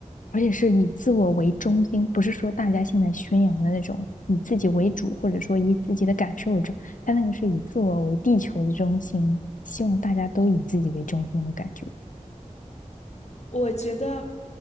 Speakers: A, on the left; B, on the left.
A: 而且是以自我为中心，不是说大家现在宣扬的那种以自己为主，或者说以自己的感受为主，他那个是以自我为地球的中心，希望大家都以自己为中心的感觉。
B: 我觉得